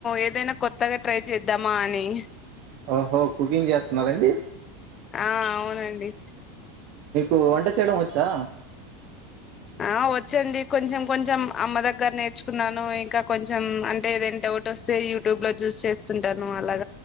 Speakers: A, on the left; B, on the right.
A: ఏదైనా కొత్తగా ట్రై చేద్దామా అని
B: ఓహో కుకింగ్ చేస్తున్నారండి
A: ఆ అవునండి
B: ఓ వంట చేయడం వచ్చా
A: ఆ వచ్చండి కొంచెం కొంచెం అమ్మ దగ్గర నేర్చుకున్నాను ఇంకా కొంచెం అంటే ఏదైనా డౌట్ వస్తే యూట్యూబ్ లో చూసి చేస్తుంటాను అలాగే